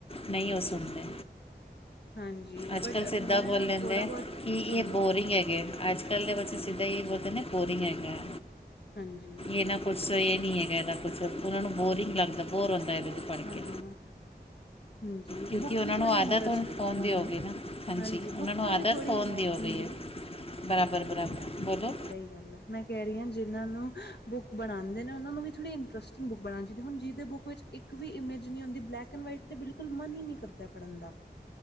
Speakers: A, on the left; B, on the left.
A: ਨਈ ਓ ਸੁਨਦੇ।
B: ਹਾਂਜੀ
A: ਅੱਜ
B: ਬਟ
A: ਕੱਲ੍ਹ ਸਿੱਧਾ
B: ਹੁਣ
A: ਬੋਲ
B: ਨਾ
A: ਦੇਂਦੇ
B: ਥੋੜ੍ਹਾ ਬਹੁਤ
A: ਕਿ
B: ਹਾਂ
A: ਏ
B: ਹਾਂ
A: ਬੋਰਿੰਗ ਹੈਗੇ। ਅੱਜ ਕੱਲ੍ਹ ਦੇ ਬੱਚੇ ਸਿੱਧਾ ਏਈ ਬੋਲਦੇ ਨਾ ਬੋਰਿੰਗ ਹੈਗਾ।
B: ਹਾਂਜੀ।
A: ਏਨਾਂ ਕੁਛ <unintelligible> ਨੀ ਹੈਗਾ ਏਦਾ ਕੁਛ ਓਨਾਂ ਨੂੰ ਬੋਰਿੰਗ ਲੱਗਦਾ ਬੋਰ ਹੁੰਦਾ ਏਦੇ ਪੜ੍ਹ
B: ਹਾਂ
A: ਕੇ।
B: ਹਾਂਜੀ
A: ਕਿਉਂਕਿ
B: ਬੁੱਕ
A: ਓਨਾਂ
B: ਵੀ ਥੋੜ੍ਹੀ
A: ਨੂੰ ਆਦਤ
B: ਇੰਟਰਸਟ
A: ਹੁਨ ਫੋਨ
B: ਹੂੰ
A: ਦੀ ਹੋ
B: ਹੂੰ
A: ਗਈ ਨਾ, ਹਾਂਜੀ ਓਨਾਂ
B: ਬੁੱਕਾਂ
A: ਨੂੰ ਆਦਤ
B: ਵੀ ਥੋੜ੍ਹੀ
A: ਫੋਨ
B: ਹੂੰ
A: ਦੀ ਹੋ ਗਈ
B: ਹੂੰ
A: ਏ। ਬਰਾਬਰ-ਬਰਾਬਰ ਬੋਲੋ।
B: ਸਈ ਗੱਲ ਆ ਮੈਂ ਕਹਿ ਰਹੀ ਆਂ ਜਿਨ੍ਹਾਂ ਨੂੰ ਬੁੱਕ ਬਣਾਦੇ ਓਨਾਂ ਨੂੰ ਵੀ ਥੋੜ੍ਹੀ ਇੰਟਰਸਟਿੰਗ ਬੁੱਕ ਬਣਾਣੀ ਚਾਈਦੀ ਹੁਣ ਜਿਦੇ ਬੁੱਕ ਵਿੱਚ ਇੱਕ ਵੀ ਇਮਜ ਨੀ ਹੁੰਦੀ ਬਲੈਕ ਐਂਡ ਵਾਈਟ ' ਬਿਲਕੁਲ ਮਨ ਹੀ ਨੀ ਕਰਦਾ ਪੜ੍ਹਨ ਦਾ।